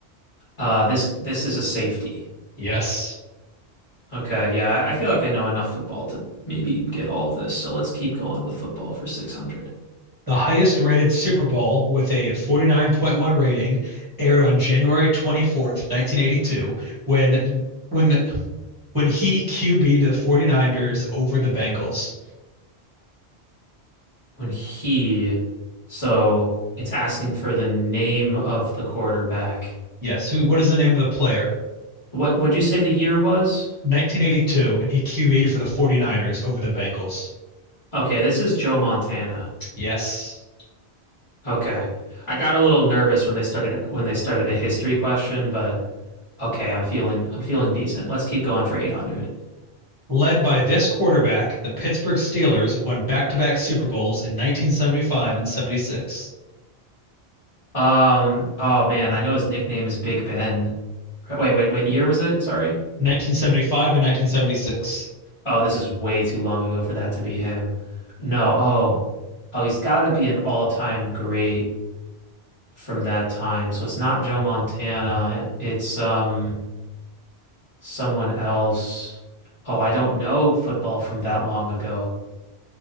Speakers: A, on the left; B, on the right.
A: Uh, this this is a safety.
B: Yes.
A: Okay, yeah, I I feel like I know enough football to maybe get all of this. So let's keep going with football for 600.
B: The highest rated Super Bowl with a 49.1 rating aired on January 24th, 1982, when when the- when he QB'd the 49ers over the Bengals.
A: when he, so it's asking for the name of the quarterback.
B: Yes, who what is the name of the player?
A: What would you say the year was?
B: 1982, and he QB'd for the 49ers over the Bengals.
A: Okay, this is Joe Montana.
B: Yes.
A: Okay. I got a little nervous when they started when they started a history question, but okay, I'm feeling I'm feeling decent. Let's keep going for 800.
B: Led by this quarterback, the Pittsburgh Steelers won back-to-back Super Bowls in 1975 and 76.
A: Um, oh man, I know his nickname is Big Ben. Wait, wait, wait, year was it? Sorry.
B: 1975 and 1976.
A: Oh, this is way too long ago for that to be him. No, oh. Oh, he's got to be an all-time great. from that time. So it's not Joe Montana. It's um someone else. Oh, I don't know football from that long ago.